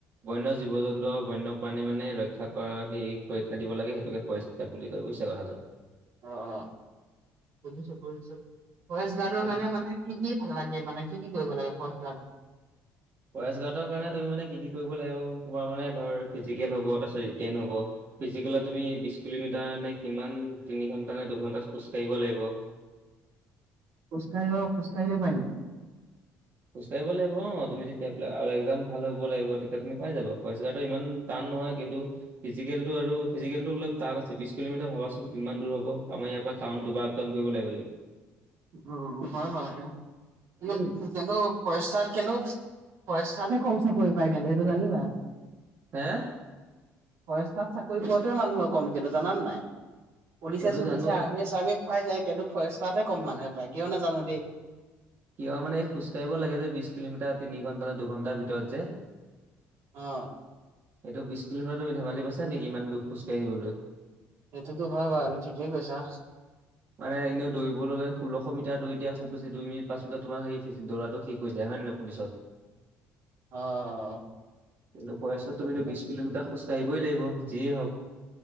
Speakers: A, on the right (about 45°); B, on the right (about 65°).
A: বন্য জীৱ জন্তু আৰু বন্যপ্ৰাণী মানে ৰক্ষা কৰা সেই সুৰক্ষা দিব লাগে, সেইটোকে ফৰেষ্ট গাৰ্ড বুলি কয় বুজিছা কথাটো।
B: অ অ বুজিছো বুজিছো ফৰেষ্ট গাৰ্ডৰ
A: উম
B: কাৰনে মানে। কি কি ভাল লাগে মানে কি কি কৰিব লাগে ফৰেষ্ট গাৰ্ডত।
A: ফৰেষ্ট গাৰ্ডৰ কাৰণে তুমি মানে কি কি কৰিব লাগিব আৰু তোমাৰ মানে ধৰ ফিজিকেল হ', ব তাৰপিছত ৰিটেইন হব। ফিজিকেলত তুমি বিশ কিলোমিটাৰ নে কিমান তিনি ঘণ্টা নে দুঘন্টাত খোজকাঢ়িব লাগিব।
B: খোজকাঢ়ি অ খোজকাঢ়িয়ে পাই নি।
A: খোজকাঢ়িব লাগিব অ তুমি যেতিয়া এপ্লাই আৰু এক্সাম ভাল হ'ব লাগিব তেতিয়া তুমি পাই যাবা ফৰেষ্ট গাৰ্ডত ইমান টান নহয় কিন্তু ফিজিকেলটো আৰু ফিজিকেলটো অলপ টান আছে বিশ কিলোমিটাৰ ভাবাচোন কিমান দূৰ হব আমাৰ ইয়াৰ পৰা টাউন দুবাৰ আপ দাউন কৰিব লাগিব তুমি।
B: উম! হয় হয় দে এনে
A: উম
B: ফৰেষ্টাৰটো ফৰেষ্টাৰ কিন্তু ফৰেষ্টাৰতহে কম চাকৰি পায় কিন্তু সেইটো জানিবা আকৌ।
A: হে
B: ফৰেষ্টাৰত চাকৰি পোৱাটোৱে মানুহৰ কম কিন্তু জানা নে নাই। পুলিচ
A: সেইটো
B: চুলিছে
A: জানো
B: আৰ্মিয়ে চাৰ্মিয়ে পাই যায় কিন্তু ফৰেষ্টাৰতহে কম মানুহে পায় কিয় নাজানো দেই।
A: কিয় মানে এই খোজকাঢ়িব লাগে যে বিশ কিলোমিটাৰ তিনি ঘণ্টা নে দুঘণ্টাৰ ভিতৰত যে।
B: অ
A: এইটো বিশ কিলোমিটাৰ তুমি ধেমালি পাইছা নেকি ইমান দূৰ খোজকাঢ়িবলৈ।
B: সেইটোতো হয় বাৰু এইটো ঠিকেই কৈছা।
A: মানে এনেও দৌৰিবলৈ হলে ষোল্লশ মিটাৰ দিয়ে খুব বেছি দুই মিনিট, পাঁচ মিনিট, তোমাৰ সেই দৌৰাটো শেষ। হৈ যায় হয় নে নহয় পুলিচত,
B: অ'।
A: কিন্তু ফৰেষ্টত
B: সেইটোতো
A: তুমিটো বিশ কিলোমিটাৰ খোজকাঢ়িবই লাগিব যিয়ে হওঁক।